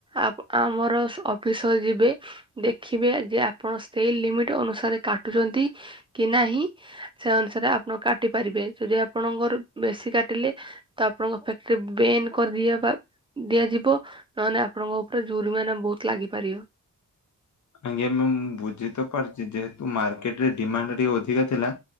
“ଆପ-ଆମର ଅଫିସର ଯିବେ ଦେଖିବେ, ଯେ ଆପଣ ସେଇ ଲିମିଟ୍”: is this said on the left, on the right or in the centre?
Right